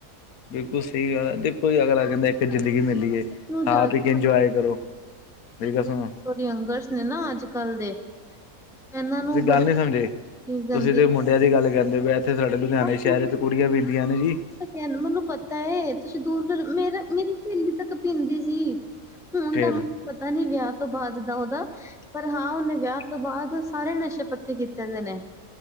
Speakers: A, on the left; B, in the centre.
A: ਬਿਲਕੁਲ ਸਹੀ ਗੱਲ ਹੈ ਕੋਈ ਅੱਗਲਾ ਕੈਂਦਾ ਹੈ ਇੱਕ ਜ਼ਿੰਦਗੀ ਮਿਲੀ ਹੈ,
B: ਨੂੰ
A: ਖਾ
B: ਜ਼ਿਆਦਾ
A: ਪੀ ਕੇ ਇੰਜੌਏ
B: ਪਤਾ
A: ਕਰੋ। ਮੇਰੀ ਗਲ ਸੁਣੋ
B: ਯੰਗਰਜ਼ ਨੇ ਅੱਜਕੱਲ੍ਹ ਦੇ ਇਹਨਾ
A: ਤੁਸੀਂ
B: ਨੂੰ ਬੜੀ
A: ਗੱਲ ਨਹੀਂ ਸਮਝੇ
B: ਗੰਦੀ
A: ਤੁਸੀਂ ਤੇ ਮੁੰਡਿਆਂ ਦੀ ਗੱਲ ਤਾਂ ਛੱਡੋ, ਇੱਥੇ ਸਾਡੇ ਲੁਧਿਆਣਾ
B: ਆਹ ਪੂਰਾ
A: ਸ਼ਹਿਰ ਵਿੱਚ ਕੁੜੀਆਂ ਵੀ ਸਿਗਰਟ ਪੀਂਦੀਆਂ ਹਨ ਜੀ।
B: ਮੈਨੂੰ ਪਤਾ ਹੈ। ਦੂਰ ਦੀ ਗੱਲ ਛੱਡੋ, ਮੇਰੀ ਇੱਕ ਸਹੇਲੀ ਤਕ ਪੀਂਦੀ ਸੀ। ਹੁਣ ਦਾ
A: ਫੇਰ
B: ਤਾਂ ਮੈਨੂੰ ਪਤਾ ਨਹੀਂ। ਵਿਆਹ ਤੋਂ ਬਾਅਦ ਦਾ ਉਹਦਾ, ਪਰ ਹਾ ਉਹਨੇ ਵਿਆਹ ਤੋਂ ਬਾਅਦ ਸਾਰੇ ਨਸ਼ੇ ਪੱਤੇੇ ਕੀਤੇ ਦੇ ਨੇ।